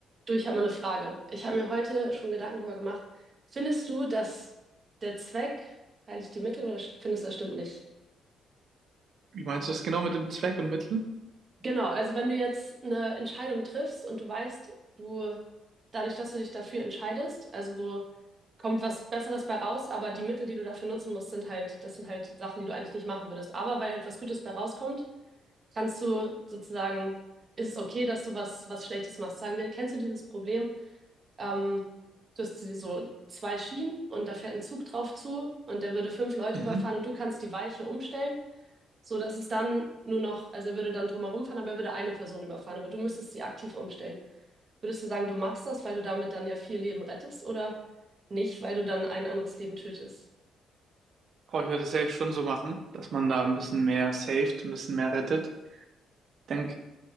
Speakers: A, on the right; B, on the right.
A: Du, ich habe mal eine Frage. Ich habe mir heute schon Gedanken darüber gemacht. Findest du, dass der Zweck heiligt die Mittel oder st- findest du, das stimmt nicht?
B: Wie meinst du das genau mit dem Zweck und Mittel?
A: Genau, also wenn du jetzt eine Entscheidung triffst und du weißt, du, dadurch, dass du dich dafür entscheidest, also so kommt was Besseres bei raus, aber die Mittel, die du dafür nutzen musst, sind halt, das sind halt Sachen, die du eigentlich nicht machen würdest. Aber weil halt was Gutes bei rauskommt, kannst du sozusagen, ist es okay, dass du was, was Schlechtes machst. Sagen wir, kennst du dieses Problem? Ähm, du hast so zwei Schienen und da fährt ein Zug drauf zu und der würde fünf Leute
B: Mhm.
A: überfahren und du kannst die Weiche umstellen, so dass es dann nur noch, also er würde dann drumherum fahren, aber er würde eine Person überfahren, aber du müsstest sie aktiv umstellen. Würdest du sagen, du machst das, weil du damit dann ja vier Leben rettest oder nicht, weil du dann ein anderes Leben tötest?
B: Boah, ich würde es safe schon so machen, dass man da ein bisschen mehr saved, ein bisschen mehr rettet. Ich denke,